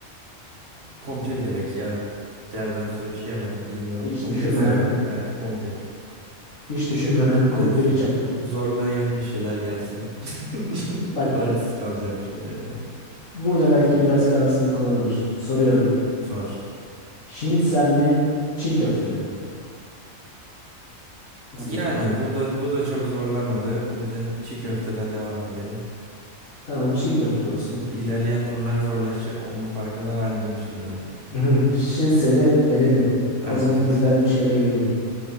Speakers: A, on the right; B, on the left.
A: Kumpir direkt ya. Gerden söyleyemedim bilmiyorum.
B: Hiç
A: Kumpir
B: düşünmeden,
A: severim. Evet kumpir.
B: hiç düşünmeden kumpiri
A: Evet z-
B: çaktım.
A: zorlayan bir şeyler gelsin. <laughs>
B: Bak
A: Kararsız kalacağım şeyler yani.
B: burada belki biraz kararsızlık olabilir. Soruyorum.
A: Sor.
B: Şinitzel mi? Çiğ köfte mi? Hadi
A: Yani
B: bakalım.
A: bu da bu da çok zorlamadı. O yüzden çiğ köfteden devam edelim.
B: Tamam çiğ köfte olsun.
A: İlerleyen turlar zorlaşacak. Onun farkına vardım şimdiden.
B: Hı. Şinitzel'i eledim.
A: Evet
B: O zaman
A: gel.
B: güzel bir şeyle geliyorum.